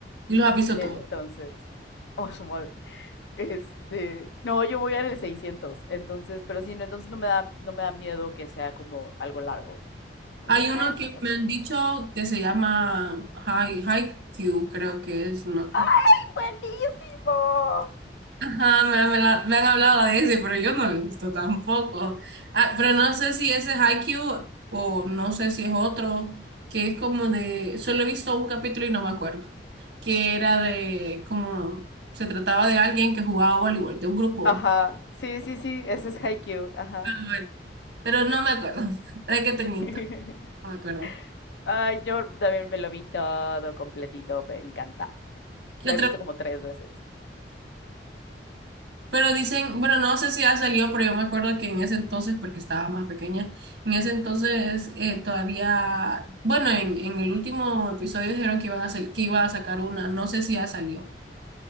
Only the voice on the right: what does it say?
Y los ha visto
todos.
Hay uno
que
me
han dicho que se llama Hai- Haikyuu, creo que es. No.
Ajá, me, me la- me han hablado de ese, pero yo no lo he visto tampoco. Ah, pero no sé si ese es Haikyuu o no sé si es otro, que es como de... Solo he visto un capítulo y no me acuerdo. Que era de como... Se trataba de alguien que jugaba voleibol, de un grupo.
Ah, bueno, pero no me acuerdo. <laughs> ¿Para que te miento?
no me acuerdo.
¿Qué
otra?
Pero dicen, bueno, no sé si ha salido, pero yo me acuerdo que en ese entonces, porque estaba más pequeña, en ese entonces eh, todavía, bueno, en, en el último episodio dijeron que iban a sal- que iba a sacar una, no sé si ya salió.